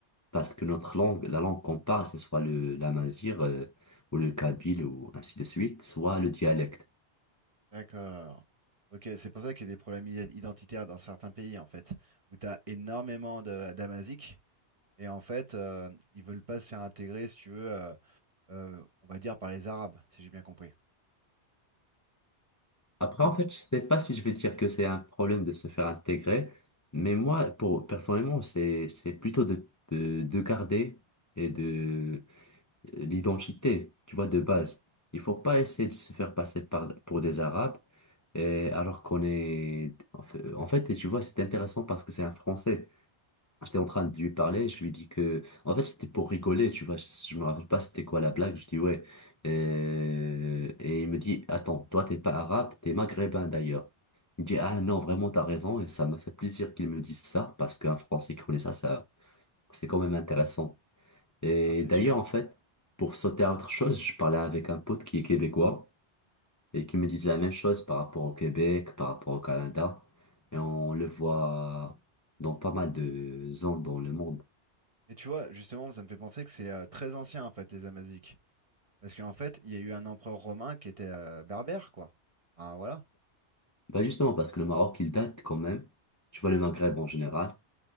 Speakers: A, on the left; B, on the right.
A: parce que notre langue, la langue qu'on parle, ce soit le l'amazigh euh, ou le kabyle ou ainsi de suite, soit le dialecte.
B: D'accord. Ok, c'est pour ça qu'il y a des problèmes i- identitaires dans certains pays, en fait, où tu as énormément de d'Amaziques. Et en fait, euh, ils veulent pas se faire intégrer, si tu veux, euh, euh, on va dire par les Arabes, si j'ai bien compris.
A: Après,
B: Hein?
A: en fait, je sais pas si je vais dire que c'est un problème de se faire intégrer, mais moi, pour personnellement, c'est c'est plutôt de, de de garder et de euh, l'identité, tu vois, de base. Il faut pas essayer de se faire passer par, pour des Arabes, euh, alors qu'on est... En fait, en fait, tu vois, c'est intéressant parce que c'est un Français. J'étais en train de lui parler, je lui dis que... En fait, c'était pour rigoler, tu vois, je, me rappelle pas c'était quoi la blague, je dis ouais. Euh, Et il me dit, attends, toi, t'es pas arabe, t'es maghrébin d'ailleurs. Il me dit, ah non, vraiment, t'as raison, et ça m'a fait plaisir qu'il me dise ça, parce qu'un Français qui connaît ça, ça, c'est quand même intéressant. Et
B: Hein, c'est
A: d'ailleurs,
B: sûr.
A: en fait, pour sauter à autre chose, je parlais avec un pote qui est québécois et qui me disait la même chose par rapport au Québec, par rapport au Canada. Et on le voit dans pas mal de zones dans le monde.
B: Mais tu vois, justement, ça me fait penser que c'est euh, très ancien, en fait, les Amaziques. Parce qu'en fait, il y a eu un empereur romain qui était euh, berbère, quoi. Ah, voilà.
A: Bah justement, parce que le Maroc, il date quand même. Tu vois, le Maghreb en général,